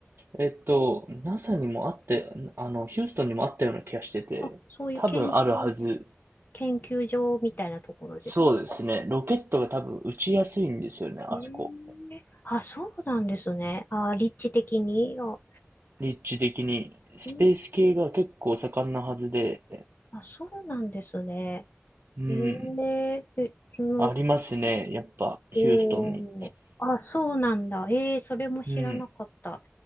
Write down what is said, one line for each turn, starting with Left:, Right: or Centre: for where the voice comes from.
Right: えっと、NASA にもあって、あの、ヒューストンにもあったような気がしてて、
Left: あ、そういう研究、
Right: 多分あるはず。
Left: 研究所みたいなところですか
Right: そうですね。ロケットが多分打ちやすいんですよね、あそこ。
Left: ええあ、そうなんですね。あ、立地的に。あ、
Right: 立地的に。スペース系が結構盛んなはずで、
Left: うん、あ、そうなんですね。
Right: うん。
Left: えええ、その、
Right: ありますね、やっぱ、ヒューストンに。
Left: おー、あ、そうなんだ。えー、それも知らなかった。
Right: うん。